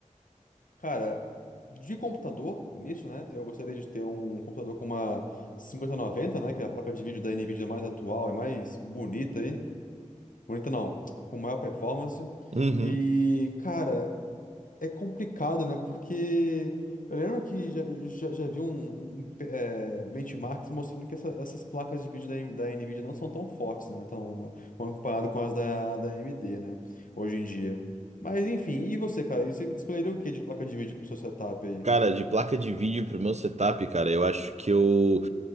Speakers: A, on the left (about 85°); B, on the right (about 60°).
A: Cara, de computador, nisso, né? Eu gostaria de ter um computador com uma 5090, né? Que é a placa de vídeo da NVIDIA mais atual e mais bonita aí. Bonita não, com maior performance.
B: Uhum.
A: E, cara é complicado, né? Porque eu lembro que já, já, já vi um, um, eh, benchmarks mostrando que essa- essas placas de vídeo da, M- da NVIDIA não são tão fortes, né? Então, quando comparado com as da, da AMD, né? Hoje em dia. Mas enfim, e você, cara? E Você escolheria o que de placa de vídeo pro seu setup aí?
B: Cara, de placa de vídeo pro meu setup, cara, eu acho que eu